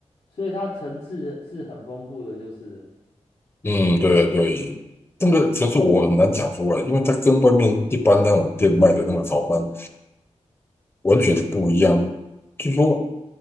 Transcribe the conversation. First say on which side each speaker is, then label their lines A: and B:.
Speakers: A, on the left; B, on the left.
A: 所以它层次是很丰富的，就是了
B: 嗯，对对，这个其实我很难讲出来，因为它跟外面一般那种店卖的那个炒饭完全不一样。据说